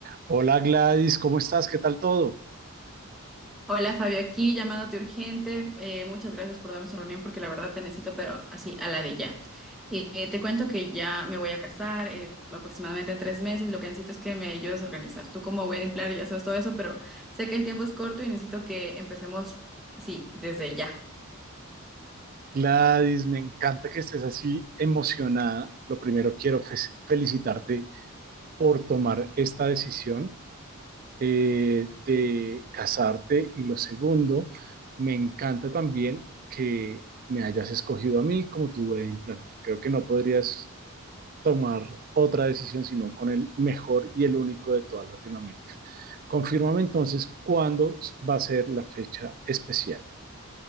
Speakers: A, on the right; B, in the centre.
A: Hola Gladys, ¿cómo estás? ¿Qué tal todo?
B: Hola Fabio, aquí llamándote urgente. Eh, muchas gracias por darme esa reunión porque la verdad te necesito, pero así, a la de ya. Eh, te cuento que ya me voy a casar eh, aproximadamente en tres meses. Lo que necesito es que me ayudes a organizar. Tú como wedding planner ya sabes todo eso, pero sé que el tiempo es corto y necesito que empecemos, sí, desde ya.
A: Gladys, me encanta que estés así emocionada. Lo primero quiero fe- felicitarte por tomar esta decisión eh, de casarte y lo segundo, me encanta también que me hayas escogido a mí como tu wedding planner. Creo que no podrías tomar otra decisión sino con el mejor y el único de toda Latinoamérica. Confírmame entonces cuándo va a ser la fecha especial.